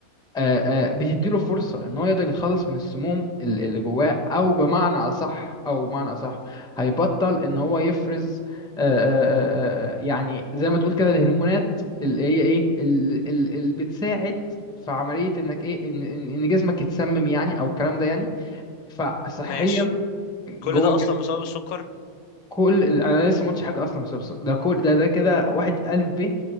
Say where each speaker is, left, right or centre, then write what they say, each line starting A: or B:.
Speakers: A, in the centre; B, on the left (about 80°).
A: آه، آه، بتديله فرصة ان هو يقدر يتخلص من السموم ال- اللي جواه او بمعنى اصح او بمعنى اصح هيبطل ان هو يفرز آه، آه، آه، آه، آه، يعني زي ما تقول كده الهرمونات اللي هي ايه ال- ال- اللي بتساعد في عملية انك ايه ان ان إن جسمك يتسمم يعني او الكلام ده يعني فصحيا
B: ماشي
A: جوه
B: كل ده
A: الجسم
B: اصلا بسبب السكر
A: كل ال- انا لسه ما قلتش حاجة اصلا بسبب السكر. ده كل ده ده كده واحد الف ب آه،